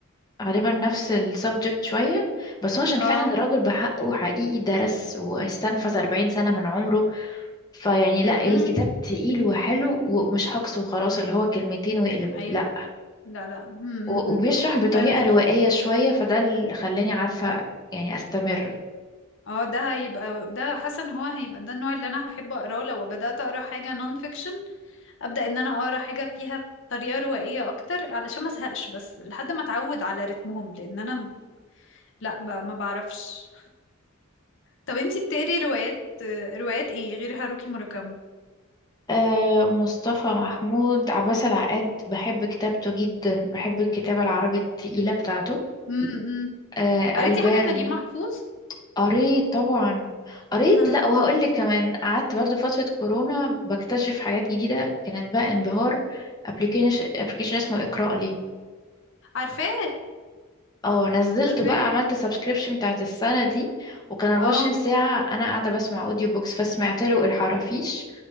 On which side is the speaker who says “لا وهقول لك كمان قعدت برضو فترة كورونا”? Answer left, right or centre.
Left